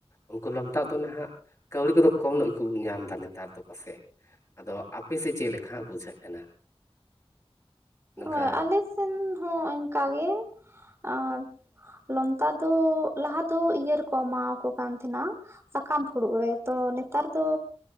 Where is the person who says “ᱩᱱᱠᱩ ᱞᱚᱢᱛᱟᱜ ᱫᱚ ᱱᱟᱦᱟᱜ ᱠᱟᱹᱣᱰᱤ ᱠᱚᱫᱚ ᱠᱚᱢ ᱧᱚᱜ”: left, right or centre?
Left